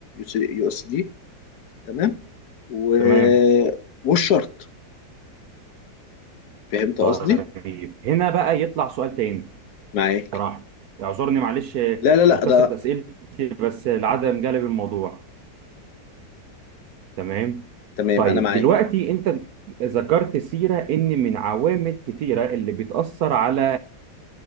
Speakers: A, on the left; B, on the right.
A: يو اس دي تمام و...
B: تمام
A: والشرط فهمت
B: طيب
A: قصدي
B: هنا بقى يطلع سؤال تاني
A: معاك
B: صراحة اعذرني معلش
A: لا لا لا
B: لكثرة
A: ده
B: أسئلتي بس العدم جلب الموضوع تمام
A: تمام
B: طيب
A: انا معاك
B: دلوقتي أنت ذكرت سيرة إن من عوامل كتيرة اللي بتأثر على